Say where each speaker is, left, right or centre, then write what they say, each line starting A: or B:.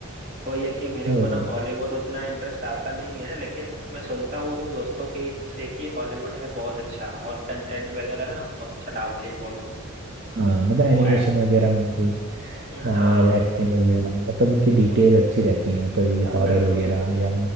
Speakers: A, on the right; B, on the right.
A: वही है कि मेरे
B: हाँ
A: को ना हॉलीवुड उतना इंटरेस्ट आता नहीं है लेकिन मैं सुनता हूँ अपने दोस्तों के से कि हॉलीवुड है बहुत अच्छा और कंटेंट वगैरह ना बहुत अच्छा डालते हैं वो लोग
B: हाँ, मतलब एनिमेशन
A: वो एक्ट
B: वगैरह उनकी
A: हाँ
B: और एक्टिंग वगैरह मतलब उनकी डिटेल
A: ब-
B: अच्छी रहती है मतलब हॉरर
A: बिल्कुल
B: वगैरह या